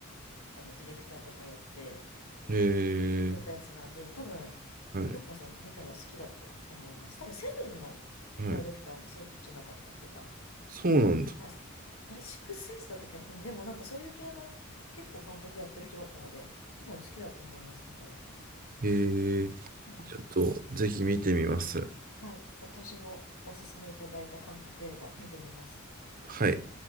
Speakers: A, on the left; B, on the right.
A: あの、ディレクターとかやって
B: へえ、
A: 撮ったやつなんで、多分、
B: はい、
A: 京香さん見たら好きだと思います。多分、セブンのダイレクターもそうじゃなかったっけかな。
B: はい。そうなんだ。
A: あれ、あれシックスセンスだったっけなうん、でもなんかそういう系の結構監督やってる人だったので、多分好きだと思います、見たら。
B: へえ、
A: うん。
B: ちょっとぜひ見てみます。
A: はい。私もおすすめいただいた韓国映画見てみます。
B: はい。